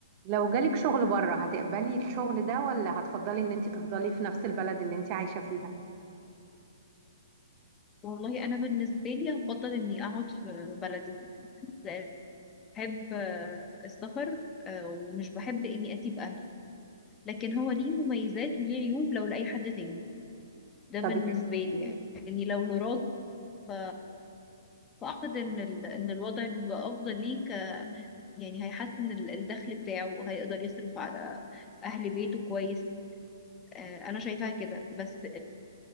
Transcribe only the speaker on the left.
والله انا بالنسبه لي هفضل اني اقعد في بلدي لأن بحب آه، السفر آه، ومش بحب اني اسيب اهلي لكن هو ليه مميزات وليه عيوب لو لاي حد تاني ده
بالنسبه
لي يعني يعني لو لراجل ف... فاعتقد ان ال... ان الوضع بيبقى افضل ليك يعني هيحسن ال- الدخل بتاعه هيقدر يصرف على اهل بيته كويس آه، انا شايفاها كده بس